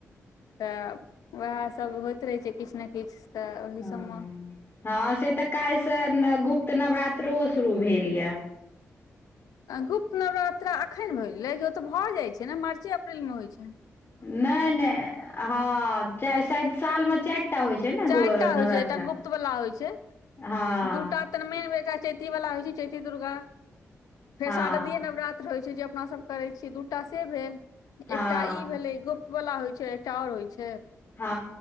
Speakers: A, on the left (about 85°); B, on the left (about 35°).
A: तऽ वएह सभ होइत रहै छै, किछु ने किछु तऽ। ओहि
B: हँ
A: सबमे
B: हँ, से तऽ काल्हिसँ गुप्त नवरात्रो शुरू भेल यऽ।
A: गुप्त नवरात्रा एखन भऽ गेलै कि? ओ तऽ भऽ जाइत छै ने, मार्च अप्रैलमे होइ छैनि?
B: नहि नहि, हँ, सालमे चारि टा होइ छै। ने
A: चारि
B: गो
A: टा होइ
B: नवरात्रा
A: छै, एकटा गुप्तवला होइ छै,
B: हँ
A: दूटा तऽ मेन एक। चैतीवला होइ छै, चैती दुर्गा, फेर
B: हँ
A: शारदीय नवरात्र। रहै छै जे अपना सभ करै छियै, दूटा से भेल,
B: हँ
A: एकटा ई भेलै गुप्त। बला होइ छै, एकटा आओर होइ छै।
B: हँ